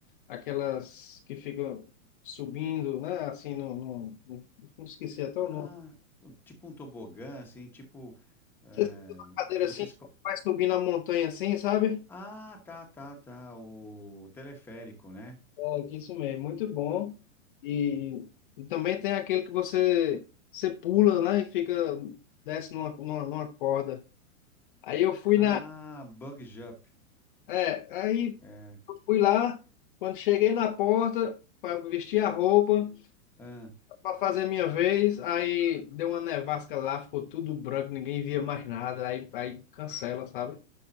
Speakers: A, on the left; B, in the centre.
A: aquelas que ficam subindo, né? Assim, no, no, no- não esqueci até o
B: Ah,
A: nome.
B: o- tipo um tobogã, assim, tipo, eh,
A: Você senta na cadeira
B: que
A: assim,
B: vocês... co-
A: vai subindo a montanha assim, sabe?
B: Ah, tá, tá, tá, o teleférico, né?
A: É, que isso mesmo, muito bom. E, e também tem aquele que você, você pula, né? E fica, desce numa, numa, numa corda. Aí eu fui
B: Ah,
A: na.
B: bug jump.
A: É, aí
B: É,
A: eu fui lá, quando cheguei na porta para vestir a roupa,
B: ah,
A: para fazer minha vez, aí deu uma nevasca lá, ficou tudo branco, ninguém via mais nada, aí, aí cancela, sabe?